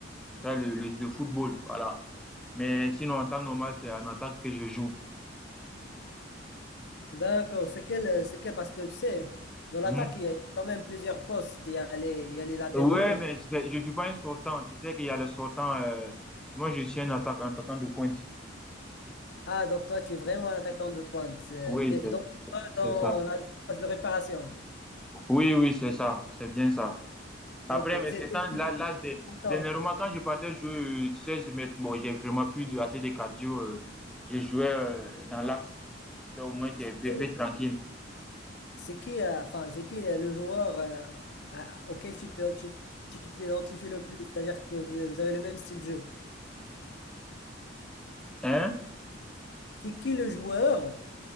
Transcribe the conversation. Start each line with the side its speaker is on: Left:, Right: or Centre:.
Centre: Ça, le, le, le football, voilà. Mais sinon, en temps normal, c'est en attaque que je joue.
Left: D'accord, c'est quel, c'est quel? Parce que tu sais, dans l'attaque,
Centre: Mhm.
Left: il y a quand même plusieurs postes. Il y a les, il y a les latéraux,
Centre: Ouais, mais c'est- je suis pas un sortant. Tu sais qu'il y a le sortant. euh, moi, je suis un atta- attaquant de pointe.
Left: Ah, donc toi, tu es vraiment un attaquant de pointe. C'est-
Centre: Oui,
Left: T'es
Centre: c'est
Left: donc
Centre: c'est-
Left: pas
Centre: c'est
Left: dans
Centre: ça.
Left: la phase de réparation.
Centre: Oui, oui, c'est ça. C'est bien ça. Après,
Left: Ok. C'est
Centre: mais
Left: c'est-
Centre: ces temps-là,
Left: c'est qui,
Centre: là, dé-
Left: attends,
Centre: dernièrement, quand je partais jouer, euh, tu sais, je mets- bon, j'ai vraiment plus de, assez de cardio. euh, je jouais euh, dans l'axe. Tu sais, au moins, tu es
Left: c'est
Centre: bébé tranquille.
Left: c'est qui, euh, enfin, c'est qui euh, le joueur euh, à- auquel tu te- tu- tu t'identifies le plus? C'est-à-dire que vous vous avez le même style de jeu.
Centre: Hein?
Left: C'est qui le joueur